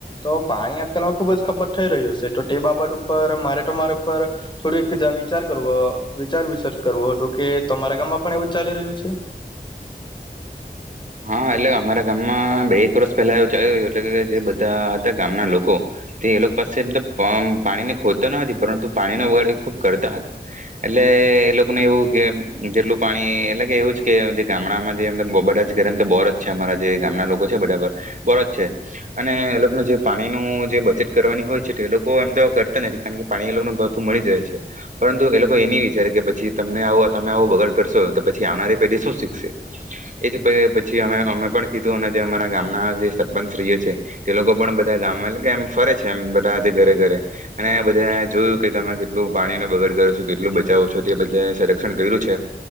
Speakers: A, on the left; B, on the right.
A: તો પાણી આજકાલમાં ખુબ જ ખપટ થઈ રહ્યું છે તો તે બાબત ઉપર મારે તમારા ઉપર થોડીક જા વિચાર કરવો વિચાર વિસર્ચ કરવો હતો કે તમારા ગામમાં પણ એવું ચાલી રહ્યું છે.
B: હા એટલે અમારા ગામમાં બે એક વર્ષ પહેલા એવું ચાલી રહ્યું એટલે કે જે બધા હતા ગામના લોકો તે એ લોકો પાસે એમ તો પાણીને ખોદતા ન હતી પરંતુ પાણીનો વગાડ એ ખૂબ કરતા હતા એટલે એ લોકોને એવું કે જેટલું પાણી એટલે કે એવું જ કે જે ગામડામાં જે એમ બબ મ તો બોરજ છે અમારા જે ગામના લોકો છે બરાબર બોરજ છે અને એ લોકોને જે પાણીનું જે બચત કરવાની હોય છે એ લોકો એમ તો કરતા નથી કારણ કે પાણી એ લોકો ભરપર મળી જ રહે છે પરંતુ એ લોકો એ ન વિચારે કે પછી તમને આવ તમે આવો બગાડ કરશો તો પછી આવનારી પેઢી શું શીખશે એ પછ અમે પણ કીધું અને જે અમારા ગામના જે સરપંચશ્રીએ છે તે લોકો પણ બધા ગામ કે એમ ફરે છે એમ બધા આજે ઘરે ઘરે અને બધા જોયું કે તમે કેટલું પાણીને બગડ કરો છો કેટલું બચાવો છો તે બધા સંરક્ષણ કર્યું છે